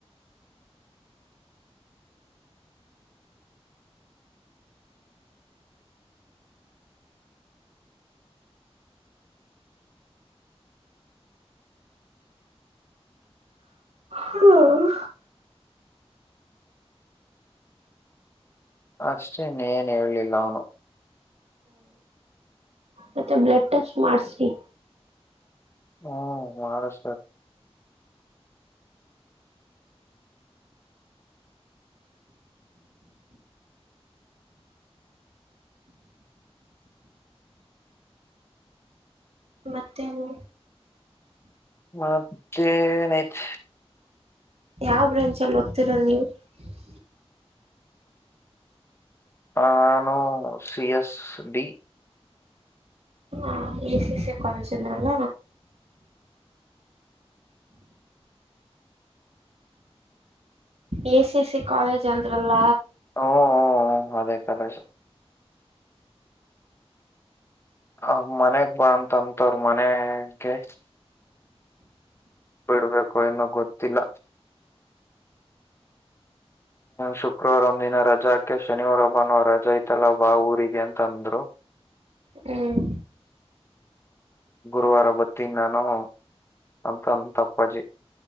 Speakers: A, on the right; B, on the left.
A: ಹ್ಮ್
B: ಅಷ್ಟೇನ್ೇನ್ ಹೇಳೇಲಿಲ್ಲ ಅವನು
A: ಮತ್ತೆ ಬ್ಲಡ್ ಟೆಸ್ಟ್ ಮಾಡ್ಸ್ರಿ
B: ಹ್ಮ ಮಹಾರಾಷ್ಟ್ರ
A: ಮತ್ತೇನು
B: ಮತ್ತ ನತ್
A: ಯಾವ ಬ್ರಾಂಚ್ ಅೋ ಚರನ್ವು <unintelligible>
B: ಆಾನೋ ಸಿ ಎಸ್ ಡಿ
A: ಹಾ ಎ ಎ ಕಜಲ್ಲ A C A C college ಅಂದ್ರಲ್ಲ
B: ಹಓ ಹಓ ಅದೇ ಕದೇಶ ಆ ಮನೆಗ್ ಬಂತಂತವ್ರ ಮನೆಗೆ ಬಿಡ್ಬೇಕು ಎನ್ನೋ ಗೊತ್ತಿಲ್ಲ ಶುಕ್ರವಾರ ಒಂದಿನ ರಜಾಕೆ ಶನಿವಾರ ಒಬ್ಬನ ರಜಾ ಐತಲ್ಲ ವಾ ಊರಿಗೆ ಅಂತಂದ್ರು
A: ಹ್ಮ್
B: ಗುರುವಾರ ಬತೀಿನಿ ನಾನು ಅಂತಂದ ತಪ್ಪಾಜಿ